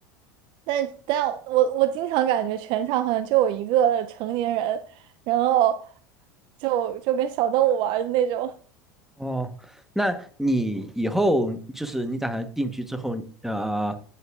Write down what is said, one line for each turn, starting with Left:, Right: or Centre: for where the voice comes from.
Right: 但但我我经常感觉全场好像就我一个成年人，然后就就跟小动物玩儿的那种，
Centre: 哦，那你以后就是你打算定居之后，呃，